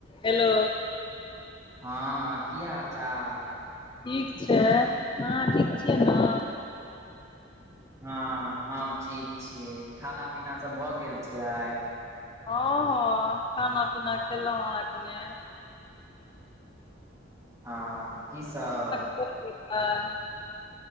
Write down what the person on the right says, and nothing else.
हँ की हाल चाल
हँ हम ठीक छियै खाना पीना सब भऽ गेलय छलै
हँ की सब